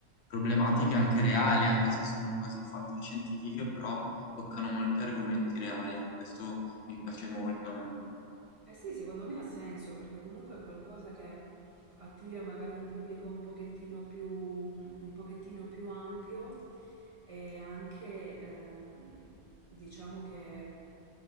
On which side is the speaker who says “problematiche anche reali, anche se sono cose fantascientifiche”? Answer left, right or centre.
Left